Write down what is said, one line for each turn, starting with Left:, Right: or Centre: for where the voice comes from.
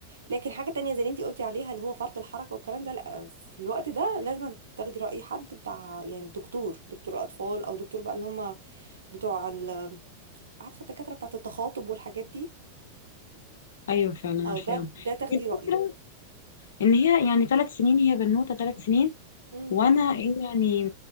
Right: لكن حاجه تانية زي اللي انتي قلتي عليها اللي هو فرط الحركه والكلام ده لا بس في الوقت ده لازم تاخدي رأي حد بتاع يعني دكتور دكتور أطفال أو دكتور بقى اللي هم بتوع ال- عارفة الدكاترة بتاعة التخاطب والحاجات دي
Left: ايوه فعلا
Right: أو
Left: عارفاهم
Right: ده ده تاخدي
Left: هي الفكره
Right: رأيه
Left: ان هي يعني ثلاث سنين هي بنوته ثلاث سنين
Right: مم.
Left: وانا إيه يعني